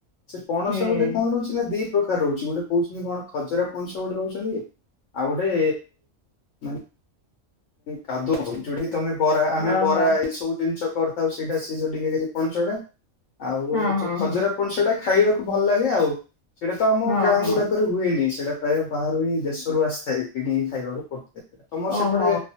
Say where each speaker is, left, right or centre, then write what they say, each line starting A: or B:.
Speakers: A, on the left (about 70°); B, on the left (about 30°).
A: ସେ ପଣସ
B: ହୁଁ
A: ଗୋଟେ କଣ ରହୁଛି ନା ଦି ପ୍ରକାର ରହୁଛି ଗୋଟେ କହୁଛନ୍ତି କଣ ଖଜରା ପଣସ ଗୋଟେ ରହୁଛନ୍ତି ଆଉ ଗୋଟେ ମାନେ କାଦୁ <unintelligible> ଯୋଠି ତମେ ବରା ଆମେ
B: ହଉ
A: ବରା
B: ହଉ
A: ଏଇ ସବୁ ଜିନିଷ କରିଥାଉ ସେଇଟା ସେଏ ଯୋଉ ଟିକେ ପଣସଟା ଆଉ
B: ହଁ ହଁ
A: ଖଜରା
B: ହଁ
A: ପଣସଟା ଖାଇବାକୁ ଭଲ ଲାଗେ ଆଉ, ସେଇଟା ତ ଆମ
B: ହଁ
A: ଗାଁ
B: ହଁ
A: ଗୁଡାକରେ ହୁଏନି, ସେଇଟା ପ୍ରାୟ ବାହାରୁ ହିଁ ଦେଶରୁ ଆସିଥାଏ କିଣିକି ଖାଇବାକୁ ପଡୁଥାଏ, ତମର
B: ଓହୋ।
A: ସେପଟେ